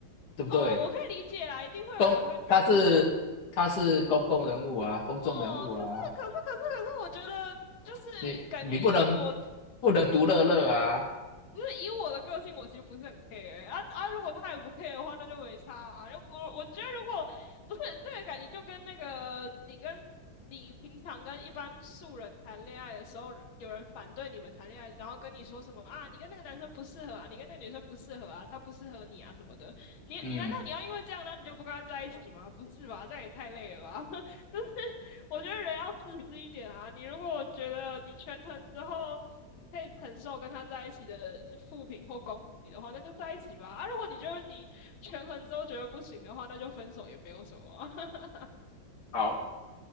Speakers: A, on the left (about 55°); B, on the left (about 80°).
A: 对不对？
B: 哦，我可以理解啦，一定会有人会觉得不爽。
A: 公，他是他是公共人物啊，公众人物啊，
B: 哦，可是可是可是可是，我觉得就是感觉以我
A: 你你不能不能独乐乐啊。
B: 不是以我的个性，我其实不是很 care 欸啊啊！如果他也不 care 的话，那就没差啊。如果我觉得，如果不是这个感觉，就跟那个你跟你平常跟一般素人谈恋爱的时候，有人反对你们谈恋爱，然后跟你说什么啊，你跟那个男生不适合啊，你跟那个女生不适合啊，他不适合你啊什么的。你你难道你要因为这样，
A: 嗯，
B: 然后你就不跟他在一起吗？不是吧，这样也太累了吧！<laughs> 就是我觉得人要自私一点啊。你如果觉得你权衡之后。你可以承受跟他在一起的负评或攻击的话，那就在一起吧。啊，如果你觉得你权衡之后觉得不行的话，那就分手也没有什么 <laughs>
A: 好，